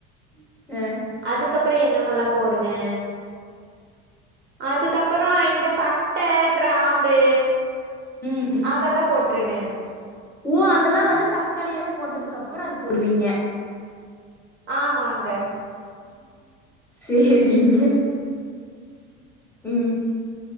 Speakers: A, in the centre; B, on the right (about 30°).
A: அ
B: அதுக்கப்றோ என்னமெல்லா போடுவே அதுக்கப்பறோ இந்த பட்ட கிராம்பு
A: ம் ம்
B: அதெல்லா போட்ருவே
A: ஓ அதெல்லா வந்து தக்காளி எல்லா போட்டதுக்கு அப்புறோ அது போடுவீங்க
B: ஆமாங்க
A: சேரிங்க ம்